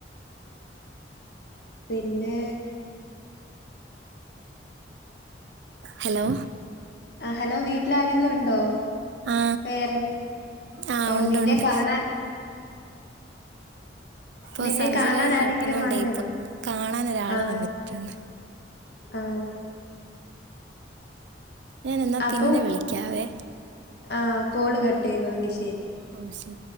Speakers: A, on the left; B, on the right.
A: പിന്നെ
B: ഹലോ
A: ആ ഹലോ വീട്ടിൽാരരെങ്കിലും ഉണ്ടോ.
B: ആ
A: വേറെ
B: ആ
A: ഓ
B: ഉണ്ട്
A: നിന്നെ
B: ഉണ്ട്
A: കാണാൻ..
B: ഇപ്പോൾ
A: നിന്നെ
B: സർജറി
A: കാണാൻ
B: കഴിഞ്ഞ്
A: ആരെങ്കിലും
B: കിടക്കുന്നോണ്ടേ
A: വന്നേണോ
B: ഇപ്പൊ കാണാൻ ഒരാൾ
A: ആഹ..
B: വന്നിട്ടുണ്ട്
A: ആ
B: ഞാൻ ന്നാപിന്നെ
A: അപ്പം
B: വിളിക്കാവേ.
A: ആ കോള് കട്ട് ചെയ്തോെങ്കിൽ ശരി.
B: ഓ ശരി